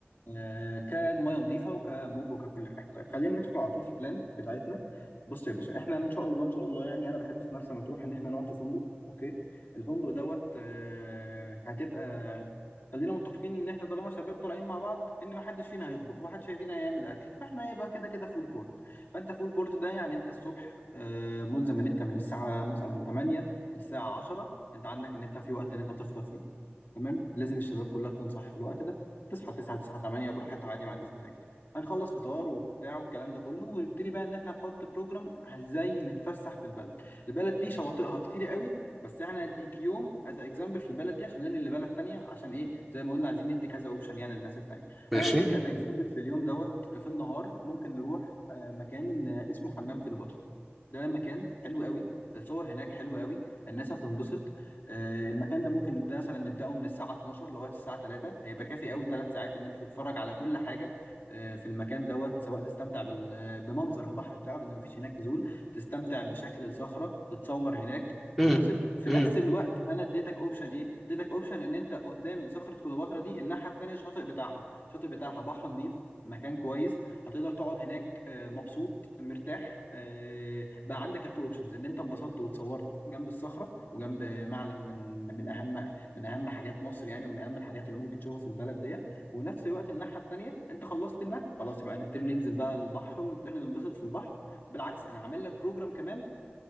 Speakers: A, on the left; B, in the centre.
A: آه، كميه نظيفه وكموج وككل حاجه طيب خلينا ندخل على طول في البلان بتاعتنا بص يا باشا احنا ان شاء الله ان شاء الله يعني انا بحب في مرسى مطروح ان احنا نقعد في فندق اوكي الفندق دوت آه، هتبقى خلينا متفقين ان احنا طالما شباب طالعين مع بعض ان ما حدش فينا هيطبخ ومحدش فينا هيعمل اكل فاحنا هيبقى كده كده فول بورد فانت فول بورد ده يعني انت الصبح آه، ملزم ان انت من الساعه مثلا 8 للساعه 10 انت عندك ان انت في وقت ان انت تفطر فيه تمام لازم الشباب كلها تكون صاحيه في الوقت ده تصحى 9 9 8 براحتها عادي ما عنديش مشاكل هنخلص فطار وبتاع والكلام ده كله ونبتدي بقى ان احنا نحط بروجرام ازاي نتفسح في البلد البلد دي شواطئها كتير قوي بس احنا هنديك يوم از اكزامبل في البلد دي عشان ننقل لبلد تانية عشان ايه زي ما قلنا عايزين ندي كذا اوبشن يعني للناس التانية
B: ماشي
A: انا هديك از اكزامبل في اليوم دوت في النهار ممكن نروح آه، مكان آه، اسمه حمام كليوباترا ده مكان حلو قوي الصور هناك حلوة قوي الناس هتنبسط آه، المكان ده ممكن نبدأ مثلا نبدأه من الساعة 12 لغاية الساعة 3 هيبقى كافي قوي 3 ساعات ان انت تتفرج على كل حاجة آه، في المكان دوت سواء تستمتع بال- آه، بمنظر البحر بتاعه لان مفيش هناك نزول تستمتع بشكل الصخرة تتصور هناك
B: امم
A: تنبسط في
B: امم
A: نفس الوقت انا اديتك اوبشن ايه اديتك اوبشن ان انت قدام صخرة كليوباترا دي الناحية التانية الشاطئ بتاعها الشاطئ بتاعها بحر نظيف مكان كويس هتقدر تقعد هناك آه، مبسوط مرتاح آه، بقى عندك التو اوبشنز ان انت انبسطت واتصورت جنب الصخره وجنب معلم من من اهم من اهم حاجات مصر يعني ومن اهم الحاجات اللي ممكن تشوفها في البلد ديت ونفس الوقت الناحيه التانيه انت خلصت النهر خلاص يبقى نبتدي ننزل بقى البحر ونبتدي ننبسط في البحر وبالعكس انا عامل لك بروجرام كمان